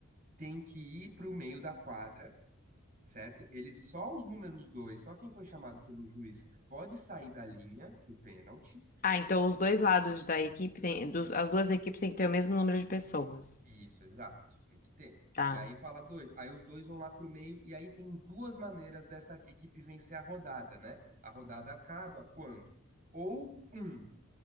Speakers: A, on the right; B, on the left.
A: têm que ir pro meio da quadra, certo? Eles, só os números dois, só quem foi chamado pelo juiz pode sair da linha do pênalti,
B: Ah,
A: certo?
B: então os dois lados da equipe tem. dos- As duas equipes têm que ter o mesmo número de pessoas.
A: Isso, exato. Tem que ter.
B: Tá.
A: E aí fala dois. Aí os dois vão lá pro meio. E aí tem duas maneiras dessa equipe vencer a rodada, né? A rodada acaba quando? Ou um.